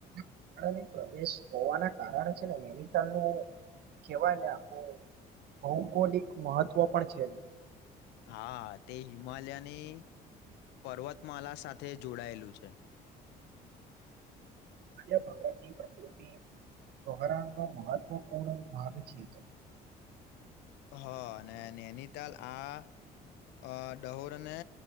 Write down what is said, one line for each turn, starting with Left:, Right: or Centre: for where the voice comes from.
Right: <inaudible> ની પ્રવેશ હોવાના કારણે છે ને નૈનીતાલ નનું કેવાય ને આખું ભૌગોલિક મહત્વ પણ છે એનું
Left: હા તે હિમાલયાની પર્વતમાલા સાથે જોડાયેલું છે
Right: માજા ભરાની પ્રકૃતિ <inaudible> તોહરાનો મહત્વપૂર્ણ ભાગ છે
Left: હ અને નૈનીતાલ આ અ ડહોરને